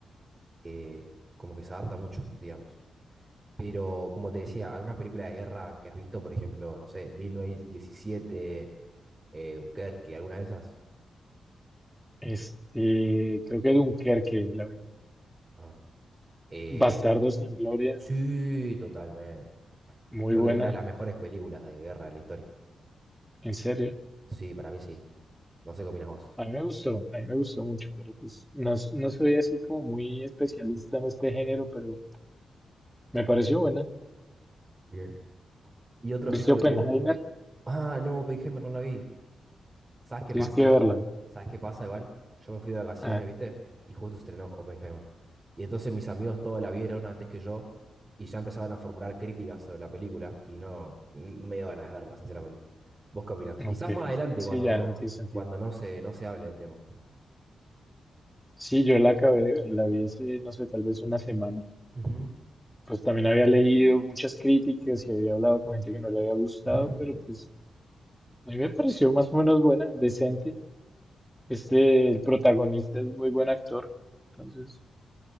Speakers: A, on the right; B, in the centre.
A: Eh, como que se adapta mucho, digamos. Pero como te decía, hay unas películas de guerra que has visto, por ejemplo, no sé, 1917, eh, Dunkerque, alguna de esas.
B: Este, creo que Dunkerque la vi.
A: Ajá. Eh,
B: Bastardo sin Gloria,
A: Sí, totalmente.
B: muy
A: Creo
B: buena.
A: que es una de las mejores películas de guerra de la historia.
B: En serio,
A: Sí, para mí sí. No sé qué opinas vos.
B: A mí me gustó, a mí me gustó mucho, pero pues no, s- no soy así como muy especialista en este género, pero me pareció buena.
A: Bien. ¿Y otro
B: ¿Viste
A: género
B: Oppenheimer?
A: que te guste? Ah, no, Pearl Hammer no la vi. ¿Sabes qué
B: Tienes
A: pasa
B: que
A: igual?
B: verla.
A: ¿Sabes qué pasa igual? Yo me fui de vacaciones,
B: Ah,
A: ¿viste? Y justo estrenó Oppenheimer. Y entonces mis amigos todos la vieron antes que yo y ya empezaban a formular críticas sobre la película y no, no me dio ganas de verla, sinceramente. ¿Vos qué opinás? Quizás
B: ok.
A: más adelante
B: Sí,
A: cuando,
B: ya no tiene sentido.
A: cuando no se, no se hable del tema.
B: Sí, yo la acabé de ver, la vi hace, no sé, tal vez una semana.
A: Ujú,
B: Pues también había leído muchas críticas y había hablado con gente que no le había gustado,
A: ujú.
B: pero pues a mí me pareció más o menos buena, decente. Este, el protagonista es muy buen actor, entonces